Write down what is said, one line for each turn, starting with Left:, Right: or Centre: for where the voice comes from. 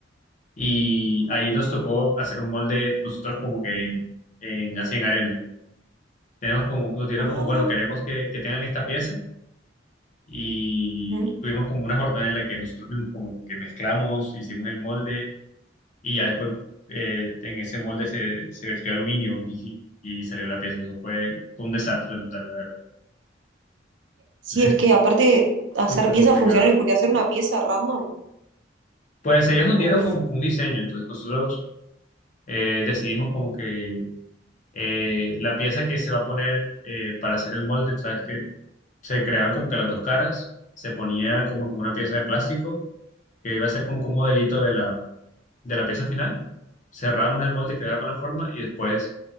Left: y ahí nos tocó hacer un molde nosotros como que en, en- así en arena. Tenemos como, nos dieron
Right: ah,
Left: como, bueno, queremos que, que tengan esta pieza y
Right: ujú.
Left: tuvimos como una jornada en la que nosotros mismos como que mezclamos, hicimos el molde y ya después eh, en ese molde se, se vertió aluminio y, y salió la pieza. Eso fue, fue un desastre total, la verdad.
Right: Sí,
Left: <laughs>
Right: es que aparte hacer
Left: Súper
Right: piezas
Left: complicado.
Right: funcionales, porque hacer una pieza random,
Left: Pues ellos nos
Right: pero
Left: dieron
Right: uff,
Left: como que un diseño, entonces nosotros eh, decidimos como que eh, la pieza que se va a poner eh, para hacer el molde, sabes que se creaban como que las dos caras, se ponía como que una pieza de plástico que iba a ser como que un modelito de la, de la pieza final, cerramos el molde, quedaba con la forma y después